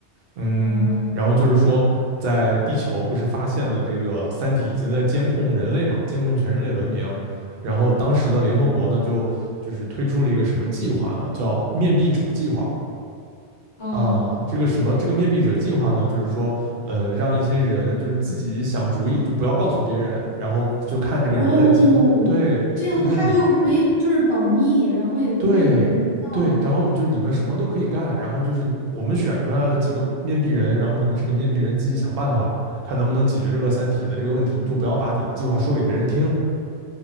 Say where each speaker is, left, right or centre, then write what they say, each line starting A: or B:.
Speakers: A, on the right; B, on the left.
A: 嗯，
B: 哦，
A: 然后就是说，在地球不是发现了这个三体已经在监控人类嘛，监控全人类文明。然后当时的联合国呢，就就是推出了一个什么计划呢？叫面壁者计划
B: 哦，
A: 啊。这个什么这个面壁者计划呢，就是说，呃，让一些人就是自己想主意，就不要告诉别人，然后就看这个人类集中，
B: 哦，
A: 对，
B: 这样他就可以就是保密，
A: 就看你
B: 然后也不会有别人知道，
A: 对对，然后就是你们什么都可以干，然后就是我们选出来了几个面壁人，然后你们这个面壁人自己想办法，看能不能解决这个三体的这个问题，你就不要把你的计划说给别人听